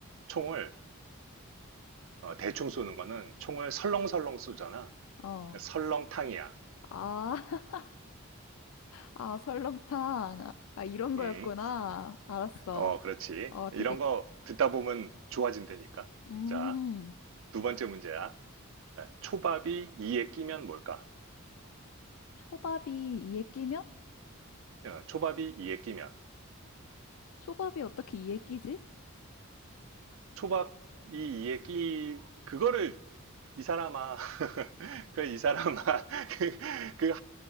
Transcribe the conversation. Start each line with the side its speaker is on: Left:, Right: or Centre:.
Right: 총을 어, 대충 쏘는 거는 총을 설렁설렁 쏘잖아.
Left: 어.
Right: 그러니까 설렁탕이야.
Left: 아, <laughs> 아, 설렁탕. 아, 이런 거였구나.
Right: 음,
Left: 알았어.
Right: 어, 그렇지.
Left: 어,
Right: 이런
Left: 되게,
Right: 거 듣다 보면 좋아진다니까.
Left: 음,
Right: 자, 두 번째 문제야. 야, 초밥이 이에 끼면 뭘까?
Left: 초밥이 이에 끼면?
Right: 어, 초밥이 이에 끼면.
Left: 초밥이 어떻게 이에 끼지?
Right: 초밥이 이에 끼, 그거를 이 사람아, <laughs> 그 이 사람아, <laughs> 그, 그